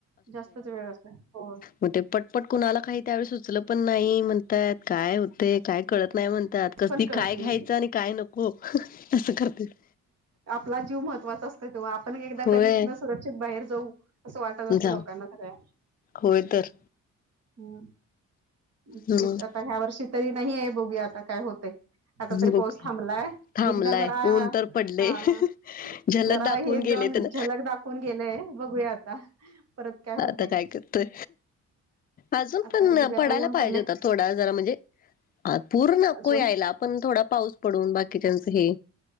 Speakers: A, on the right (about 55°); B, on the left (about 30°).
A: जास्तच वेळ असं हो मग
B: हो ते पटपट कुणाला काही त्यावेळी सुचलं पण नाही म्हणताहेत काय होते काय कळत नाही म्हण त्यात कस
A: पण
B: ते
A: कळत
B: काय
A: नाही
B: घ्यायचं आणि काय नको असं करत्यात.
A: आपला जीव महत्त्वाचा असतोय तेव्हा आपण एकदा
B: होय
A: कधी इथन सुरक्षित बाहेर जाऊ असं वाटत असे
B: जा
A: लोकांना सगळ्या
B: होय तर
A: हम् तेच
B: मग
A: आता ह्या वर्षी तरी नाही आहे बघू आता काय होतय. आता तरी
B: बघूया
A: पाऊस थांबलाय
B: थांबलाय
A: एकदा जरा
B: ऊन तर पडले
A: हा
B: झलक
A: जरा
B: दाखवून
A: हेच
B: गेले
A: जाऊन
B: त्यान
A: झलक दाखवून गेलेय बघूया आता परत काय होतय.
B: आता करतोय अजून
A: आता
B: पण
A: बघूया
B: पडायला
A: आता ऊन
B: पाहिजे
A: पडले
B: होता थोडा जरा म्हणजे अ पूर नको
A: अजून
B: यायला. पण थोडा पाऊस पडून बाकीच्यांच हे